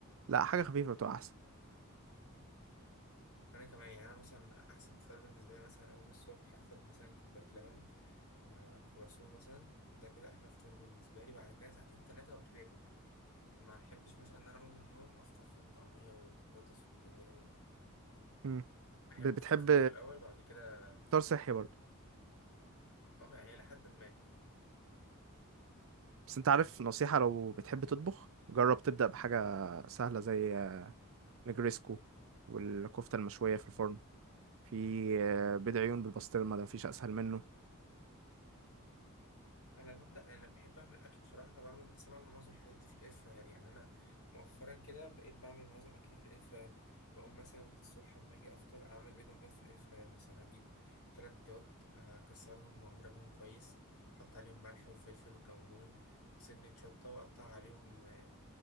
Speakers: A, on the right; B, on the left.
A: لا حاجة خفيفة بتبقى أحسن
B: انا كمان يعني انا مثلا احسن فطار بالنسبه لي مثلا اقوم الصبح اخد مثلا كوبايه لبن مع كرواسون مثلا ده كده احلى فطار بالنسبه لي بعد كده ساعتين ثلاثه وابتدي اكل ما احبش مثلا ان انا اقوم من النوم افطر فول وطعميه وبطاطس وبتنجان
A: مم.
B: احب
A: ب- بتحب
B: افطر خفيف الاول بعد كده
A: فطار صحي برضو
B: اه يعني الى حد ما
A: بس أنت عارف نصيحة لو بتحب تطبخ جرب تبدأ بحاجة سهلة زي نجريسكو والكفتة المشوية في الفرن في آه، بيض عيون بالبسطرمة ده مفيش أسهل منه
B: انا مبدا انا بحب اعمل اكل بصراحه فبعمل بس أنا بعمل معظم الحاجات دي في الاير فراير يعني انا مؤخرا كده بقيت بعمل معظم اكلي في الاير فراير بقوم مثلا الصبح اما اجي افطر اعمل بيض اومليت في الاير فراير مثلا اجيب ثلاث بيضات آه، اكسرهم واضربهم كويس احط عليهم ملح وفلفل وكمون سنه شطه واقطع عليهم آه،